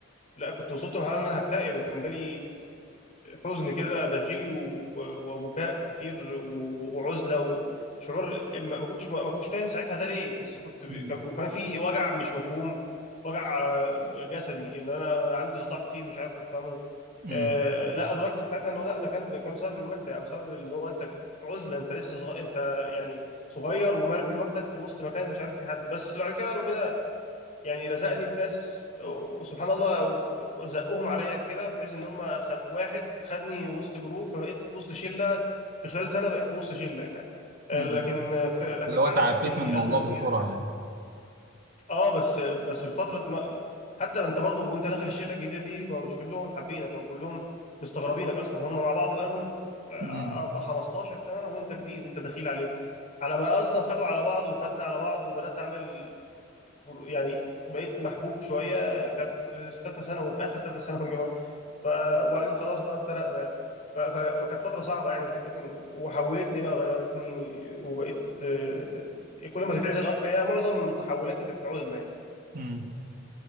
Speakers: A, on the left; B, on the right.
A: لا كنت وصلت لمرحله ان انا هكتئب يعني كان جالي حزن كده داخلي و- وبكاء كتير و- وعزله وشعور ما ما كنتش ما كنتش فاهم ساعتها ده ليه بس كنت ب-
B: مم.
A: كان- وكان في وجع مش مفهوم وجع آه، جسدي ان انا عندي صداع كتير مش عارف افهمه
B: امم
A: آه، لا ادركت ساعتها انه لا ده كان ده كان بسبب الوحده او سبب ان هو انت عزله انت لسه صغير انت يعني صغير ومرمي لوحدك في وسط مكان انت مش عارف في حد بس بعد كده ربنا يعني رزقني بناس وسبحان الله زقهم عليا كده بحيث ان هم خد... واحد خدني وسط جروب فبقيت في وسط شله في خلال سنه بقيت في وسط شله يعني آه،
B: امم
A: لكن في... لكن
B: اللي هو
A: فعلا
B: تعافيت
A: كانت في
B: من الموضوع
A: ازمه كبيره
B: بسرعة
A: يعني
B: يعني
A: اه بس بس في فتره ما... حتى انت برضو وانت داخل الشله الجديده دي ما مش كلهم حابينك او كلهم مستغربينك اصلا هم مع بعض بقالهم آه،
B: امم
A: 15 سنه وانت جديد انت دخيل عليهم على ما اصلا خدوا على بعض وخدنا على بعض وبدات اعمل جر- يعني بقيت محبوب شويه كانت في ثالثه ثانوي في اخر ثالثه ثانوي كمان ف وبعدين خلاص بقى افترقنا يعني ف... ف... فكانت فتره صعبه يعني فكره ان وحولتني بقى غيرتني وبقيت آه، كل ما تتعزل اكتر يعني معظم تحولاتي كانت عزله يعني
B: امم